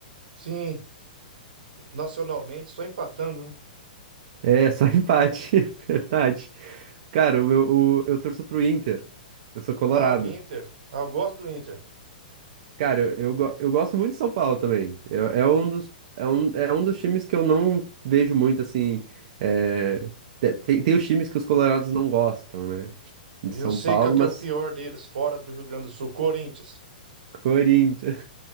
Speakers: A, on the right; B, on the right.
A: Sim, nacionalmente só empatando, né?
B: É, só <laughs> empate, verdade. Cara, o meu, o- eu torço pro Inter. Eu sou colorado.
A: Ah, o Inter. Ah, eu gosto do Inter.
B: Cara, eu, eu, go- eu gosto muito de São Paulo também. Eu- é um dos, é um, é um dos times que eu não vejo muito assim. é, te- tem, tem os times que os colorados não gostam, né? De
A: Eu
B: São
A: sei
B: Paulo,
A: qual que
B: mas
A: é o pior deles, fora do Rio Grande do Sul, Corinthians.
B: Corinthians. <laughs>